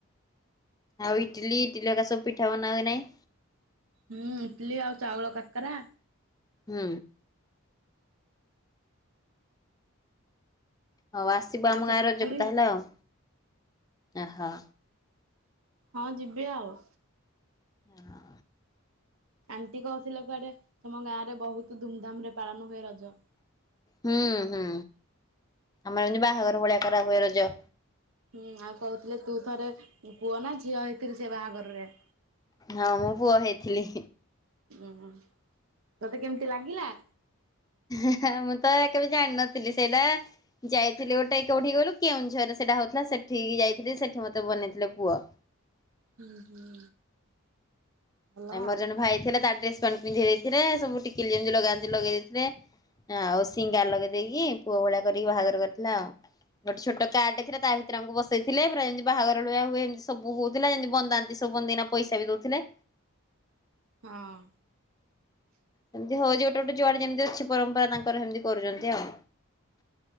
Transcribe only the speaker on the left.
ଆଉ ଇଟିଲି ଇଟିଲି ହରିକା ସବୁ ପିଠା ବନା ହୁଏ ନାଇ।
ହୁଁ। ହଉ ଆସିବ ଆମ
ଗାଁ ରଜ କୁ ତାହେଲେ ଆଉ ଆ ହ।
ହଁ।
ହୁଁ ହୁଁ ଆମର ଏମିତି ବାହାଘର ଭଳିଆ କରା ହୁଏ ରଜ।
ହଁ ମୁଁ ପୁଅ ହେଇଥିଲି।
ଏ ହେଁ ହେଁ ମୁଁ ତ କେବେ ଜାଣିନଥିଲି ସେଇଟା। ଯାଇଥିଲି ଗୋଟେ କୋଉଠି କହିଲୁ କେଉଁଝରରେ ସେଇଟା ହଉଥିଲା ସେଠିକି ଯାଇଥିଲି ସେଠି ମତେ ବନେଇଥିଲେ ପୁଅ।
ଆ ମୋର
ଜଣେ ଭାଇ ଥିଲା ତା ଡ୍ରେସବପେଣ୍ଟ ପିନ୍ଧେଇ ଦେଇଥିଲେ ସବୁ ଟିକିଲି ଯେମିତି ଲଗାନ୍ତି ଲଗେଇ ଦେଇଥିଲେ। ହଁ ଆଉ ସିଙ୍ଗାର ଲଗେଇ ଦେଇେଇକି ପୁଅ ଭଳିଆ କରିକି ବାହାଘର କରିଥିଲା ଆଉ। ଗୋଟେ ଛୋଟ କାର୍ଡେ ଥିଲା ତା ଭିତରେ ଆକୁ ବସେଇଥିଲେ ପୁରାମିତି ବାହାରଳିଆ ହୁଏ ଏମତି ସବୁ ହଉଥିଲାମିତି ବନ୍ଦା ସବୁନ ଦିନା ପଇସା ବି ଦଉଥିଲେ
ସେମିତି ହଉ ଯ ଗୋଟେ ଗୋଟେ ଯୁଆଡେ ଯେମିତି ଅଛି ପରମ୍ପରା ତାଙ୍କର ସେମିତି କରୁଛନ୍ତି ଆଉ।